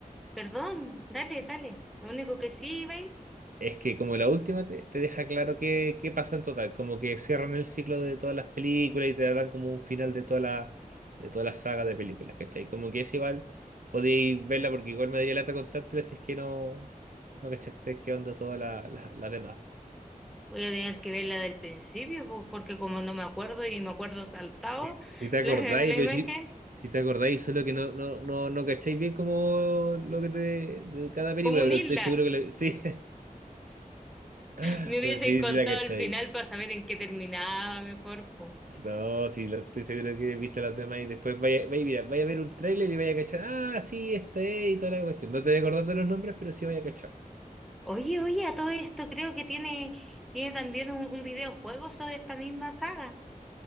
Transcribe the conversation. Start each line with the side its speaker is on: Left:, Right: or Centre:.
Centre: perdón, dale, dale, lo único que sí, Ibai,
Right: Es que como la última te, te deja claro qué, qué pasa en total, como que cierran el ciclo de todas las películas y te dan como un final de toda la, de toda la saga de películas, ¿cachai? Como que es igual, podéis verla porque igual me daría lata contártela si es que no, no cachaste qué onda todas la- la- las demás. po.
Centre: voy a tener que ver la del principio, po, porque como no me acuerdo y me acuerdo saltado
Right: Si, si
Centre: <laughs>
Right: te acordáis,
Centre: la la
Right: pero
Centre: imagen.
Right: si, si te acordáis, solo que no, no, no, no cacháis bien como lo que te de cada película,
Centre: como un
Right: pero
Centre: isla.
Right: estoy seguro que la- sí, <laughs>
Centre: Me hubiese
Right: pero sí,
Centre: contado
Right: sí la cacháis.
Centre: el final para saber en qué terminaba mejor, po.
Right: No, sí, lo- estoy seguro que viste las demás y después vaya, vaya, mira, vaya a ver un tráiler y vaya a cachar, ah, sí, esta es y toda la cuestión. No te voy a acordar de los nombres, pero sí vaya a cachar.
Centre: Oye, oye, a todo esto creo que tiene, tiene también un, un videojuego sobre esta misma saga,